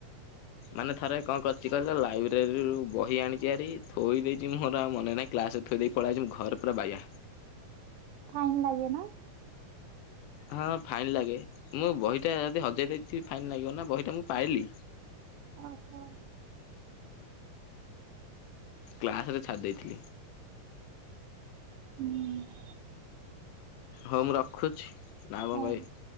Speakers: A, on the left; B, on the right.
A: ମାନେ ଥରେ କଣ କରଚି <unintelligible> ଲାଇବ୍ରେରୀରୁ ବହି ଆଣିଛି ହାରି ଥୋଇ ଦେଇଚି ମୋର ଆଉ ମନେ ନାହିଁ କ୍ଲାସରେ ଥୋଇ ଦେଇକି ପଳେ ଆଇଚି ମୁଁ ଘର ପୁରା ବାଇଆ।
B: ଫାଇନ ଲାଗେ ନା।
A: ହଁ ଫାଇନ୍ ଲାଗେ ମୁଁ ବହିଟା ଯଦି ହଜେଇ ଦେଇଥିବି ଫାଇନ୍ ଲାଗିବ ନା ବହିଟା ମୁଁ ପାଇଲି।
B: ଓହୋ
A: କ୍ଲାସ ରେ ଛାଡ଼ି ଦେଇଥିଲି।
B: ହୁଁ।
A: ହଉ ମୁଁ ରଖୁଛି ନା ଆଉ
B: ହଉ।
A: କଣ କହିବେ?